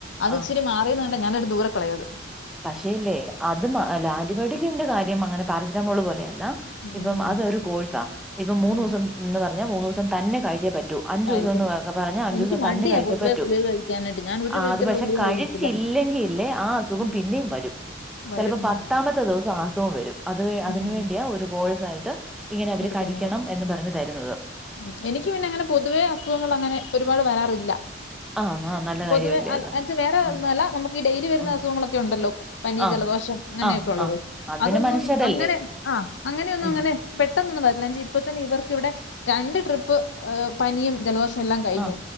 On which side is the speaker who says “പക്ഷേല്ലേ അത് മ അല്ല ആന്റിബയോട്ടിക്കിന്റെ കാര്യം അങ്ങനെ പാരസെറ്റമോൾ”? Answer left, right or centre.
Centre